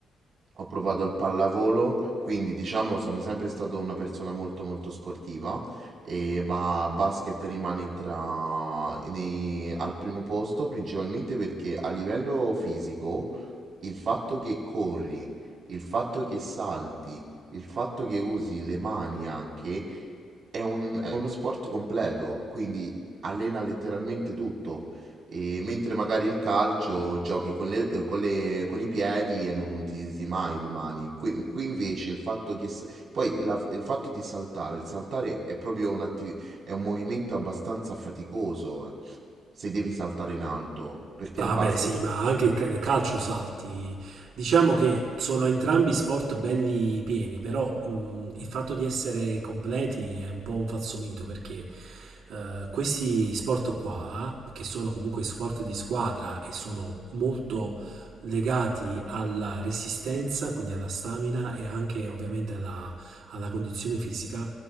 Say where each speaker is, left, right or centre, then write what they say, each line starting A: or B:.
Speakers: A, on the right; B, on the right.
A: ho provato il pallavolo, quindi diciamo sono sempre stato una persona molto, molto sportiva, ehm, ma basket rimane tra nei al primo posto, principalmente perché a livello fisico il fatto che corri, il fatto che salti, il fatto che usi le mani anche, è un- è uno sport completo, quindi allena letteralmente tutto. E mentre magari il calcio giochi con le- eh, con le- con i piedi e non utilizzi mai le mani. Qui, qui invece il fatto che... s- Poi la- il fatto di saltare, il saltare è proprio un'attività, è un movimento abbastanza faticoso eh, se devi saltare in alto, perché
B: Vabbè,
A: il basket...
B: sì, ma anche il ca- nel calcio salti. Diciamo che sono entrambi
A: <laughs>
B: sport belli pieni, però mh, il fatto di essere completi è un po' un falso mito perché eh, questi sport qua, che sono comunque sport di squadra e sono molto legati alla resistenza, quindi alla stamina e anche ovviamente alla, alla condizione fisica,